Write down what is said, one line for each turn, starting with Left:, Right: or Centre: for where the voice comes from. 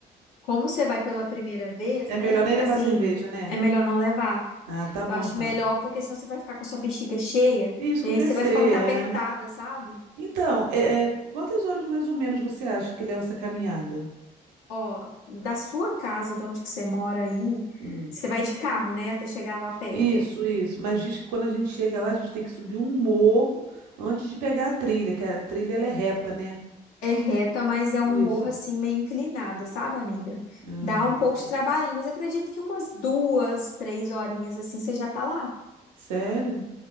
Left: como você vai pela primeira vez,
Right: É
Left: né?
Right: melhor nem levar
Left: Assim,
Right: cerveja, né?
Left: é melhor não levar.
Right: Ah, tá bom
Left: Eu acho
Right: então.
Left: melhor, porque senão você vai ficar com a sua bexiga cheia
Right: Isso
Left: e
Right: que
Left: aí
Right: eu pensei,
Left: você vai ficar muito
Right: é.
Left: apertada, sabe?
Right: Então, é, é, quantas horas mais ou menos você acha que leva essa caminhada?
Left: Ó, da sua casa, de onde que você mora aí,
Right: Hum,
Left: você vai de carro, né, até chegar lá perto.
Right: Isso, isso. Mas diz que quando a gente chega lá, a gente tem que subir um morro antes de pegar a trilha, que a trilha ela é reta, né?
Left: É reta, mas é um
Right: Isso.
Left: morro assim meio inclinado, sabe, amiga?
Right: Ai,
Left: Dá um
Right: meu
Left: pouco
Right: Deus.
Left: de trabalhinho, mas acredito que umas duas, três horinhas assim você já tá lá.
Right: Sério?